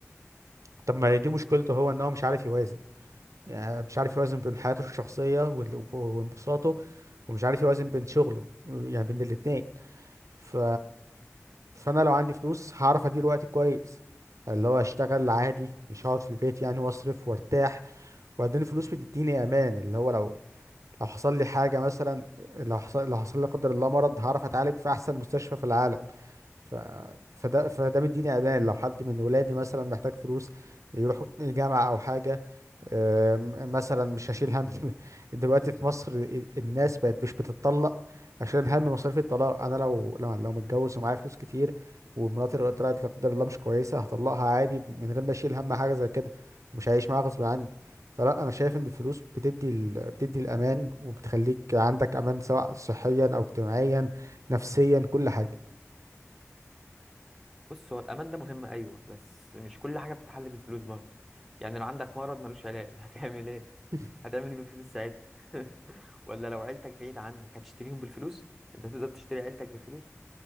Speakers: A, on the right (about 75°); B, in the centre.
A: طب ما دي مشكلته هو ان هو مش عارف يوازن يعني مش عارف يوازن بين حياته الشخصيه وال- وانبساطه ومش عارف يوازن بين شغله يعني بين الاتنين ف فانا لو عندي فلوس هعرف ادير وقتي كويس اللي هو اشتغل عادي مش هقعد في البيت يعني واصرف وارتاح وبعدين الفلوس بتديني امان اللي هو لو لو حصل لي حاجه مثلا لو حصل لو حصل لي لا قدر الله مرض هعرف اتعالج في احسن مستشفى في العالم ف... فده فده مديني امان لو حد من ولادي مثلا محتاج فلوس يروحوا الجامعه او حاجه أم، مثلا مش هشيل هم <laughs> دلوقتي في مصر الناس بقت مش بتتطلق عشان هم مصاريف الطلاق انا لو لو لو متجوز ومعايا فلوس كتير ومراتي لو طلعت لا قدر الله مش كويسه هطلقها عادي من غير ما اشيل هم حاجه زي كده مش هعيش معاها غصب عني فلا انا شايف ان الفلوس بتدي ال... بتدي الامان وبتخليك عندك امان سواء صحيا او اجتماعيا نفسيا كل حاجه
B: بص هو الامان ده مهم ايوه بس مش كل حاجة بتتحل بالفلوس برضه يعني لو عندك مرض ملوش علاج <laughs> هتعمل ايه
A: <laughs>
B: هتعمل ايه بالفلوس ساعتها <laughs> ولا لو عيلتك بعيد عنك هتشتريهم بالفلوس انت تقدر تشتري عيلتك بالفلوس